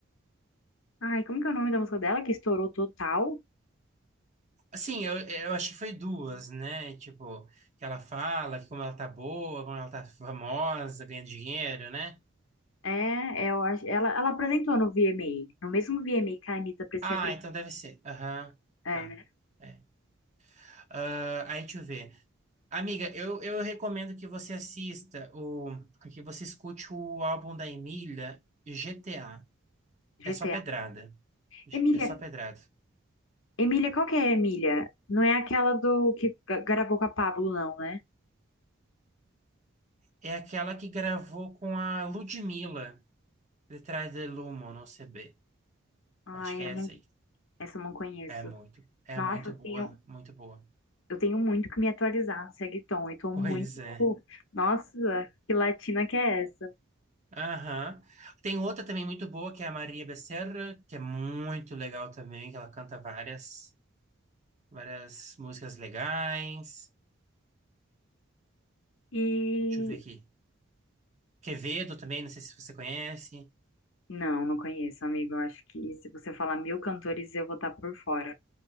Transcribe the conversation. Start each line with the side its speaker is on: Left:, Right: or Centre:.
Left: Ai, como que é o nome da música dela, que estourou total?
Right: Assim, eu, eu acho que foi duas, né? Tipo, que ela fala que como ela tá boa, como ela tá famosa, ganha dinheiro, né?
Left: É, é, eu acho, ela, ela apresentou no VMA, no mesmo VMA que a Anitta pra se
Right: Ah,
Left: apresentar,
Right: então deve ser. Aham,
Left: é,
Right: tá.
Left: né,
Right: É. Ah, aí deixa eu ver. Amiga, eu, eu recomendo que você assista o, que você escute o álbum da Emília, GTA.
Left: GTA.
Right: É só pedrada.
Left: Emília,
Right: É só pedrada.
Left: Emília, qual que é a Emília? Não é aquela do que gra- gravou com a Pablo, não, né?
Right: É aquela que gravou com a Ludmilla, Detrás de Lumo, não sei bem.
Left: Ai,
Right: Acho que é
Left: eu não,
Right: essa aí.
Left: essa eu não conheço.
Right: É muito, é
Left: Nossa,
Right: muito boa,
Left: tem,
Right: muito boa.
Left: Eu tenho muito que me atualizar no Reggaeton. Eu tô
Right: Pois
Left: muito.
Right: é.
Left: Nossa, que latina que é essa?
Right: Aham. Tem outra também muito boa, que é a Maria Becerra, que é muito legal também, que ela canta várias, várias músicas legais.
Left: E.
Right: Deixa eu ver aqui. Quevedo também, não sei se você conhece.
Left: Não, não conheço, amigo. Eu acho que se você falar mil cantores, eu vou estar por fora.